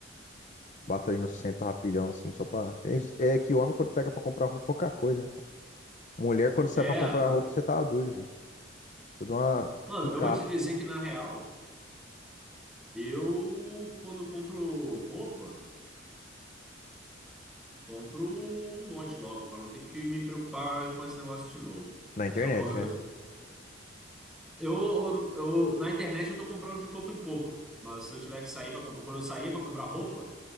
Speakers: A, on the left; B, in the centre.
A: Bato ali no centro rapidão, assim, só pra. É é que homem, quando pega pra comprar roupa, é pouca coisa, né? cara? Mulher, quando sai
B: É,
A: pra comprar
B: eu-
A: roupa, você tá doido, velho. Precisa de uma
B: mano,
A: picape
B: eu vou te dizer que na real, eu quando compro roupa, compro um monte logo, pra não ter que me preocupar com esse negócio de novo.
A: na internet,
B: Só que eu,
A: né? O
B: <laughs> eu, eu- na internet eu tô comprando de pouco em pouco, mas se eu tiver que sair para comprar, quando eu saía pra comprar roupa,